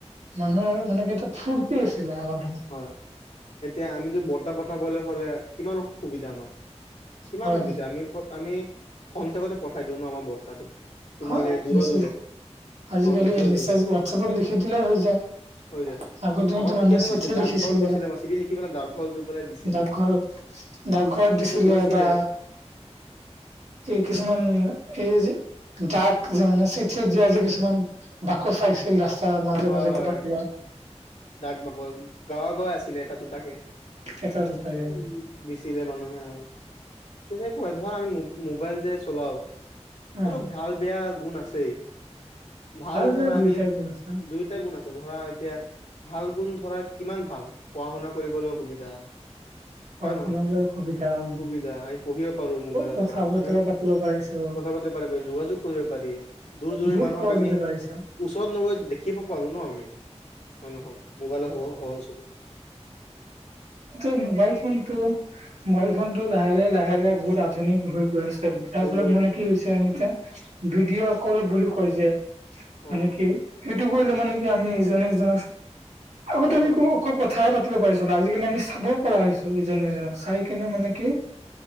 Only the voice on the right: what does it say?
মানুহৰ মানে কি এটা ফূৰ্তি আছিলে আগৰ দিনত
হয়
হয়
বেছি
আজিকালি
মেছেজ
ৱাটছপত লিখি দিলে হৈ যায়
আগৰ দিনততো
মানুহে
চিঠ
ঠি
লিখিছিলে
ডাকঘৰ ডাকঘৰত
দিছিলে
বা এই কিছুমান এই যে ডাক যে মানে চিঠি দিয়া যে কিছুমান বাক কচাইছিল ৰাস্তা মাজে
মাজে
ক'ৰবাত ক'বাত
এটা দুটাকে
অ
বেয়া দুয়োটাই
গুণ আছে
পঢ়া
শুনালৈ সুবিধা হম
কথা
বতৰা
পাতিব পাৰিছো
বহুত
সহজতে
পাৰিছো
এ মোবাইল ফোনটো, মোবাইল ফোনটো লাহে লাহে লাহে লাহে বহুত আধুনিক হৈ গৈ আছে তে, তাৰ
ফলত
মানে
কি হৈছে আমি এতিয়া ভিডিঅ' কল বুলি কয় যে
মানে কি সেইটো কৰিলে মানে কি আমি ইজনে সিজনক আগতে
আমি
ক'ও কোঁ কথাহে পাতিব পাৰি যোন আজিকালি আমি চাব পৰা হৈছো ইজনে সিজনক, চাই কিনে মানে কি